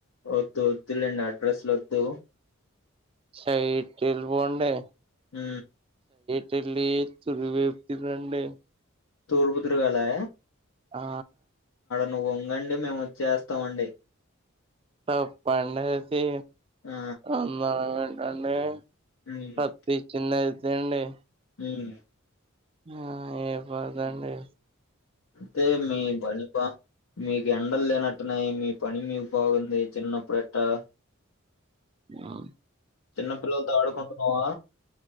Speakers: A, on the left (about 75°); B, on the right (about 25°).
A: వద్దు వద్దులేండి అడ్రస్లు వద్దు
B: సయిట్ ఎల్లిపోండి
A: హు
B: తెల్లి తుడివైపుకి రండి
A: తూరుపుతిరగాలి
B: ఆ
A: నువ్వు వంగండి మేము చేస్తామండి
B: ఆ పండుగకి
A: ఆ
B: అందరం అండి
A: హ్మ్
B: కప్పిచిన్న ఎండీ
A: ఉమ్
B: ఆ ఇవ్వదండి
A: తె మీ బన్నీ బా మీకు ఎండలు లేనట్టున్నాయి మీ పని మీకు బాగుంది చిన్నప్పుడు ఎట్టా
B: మా
A: చిన్నపిల్లలతో ఆడుకుంటున్నావా